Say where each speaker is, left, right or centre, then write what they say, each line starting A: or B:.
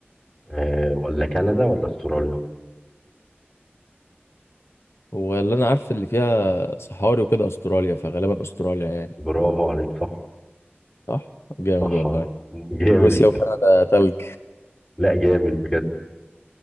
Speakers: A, on the left (about 20°); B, on the left (about 80°).
A: آه، ولا كندا ولا استراليا
B: هو اللي أنا عارف اللي فيها صحاري وكده أستراليا فغالبا أستراليا يعني
A: برافو عليك صح
B: صح؟ طب جامد
A: صح
B: والله
A: آه. جامد
B: روسيا وكندا تلج
A: لا جامد بجد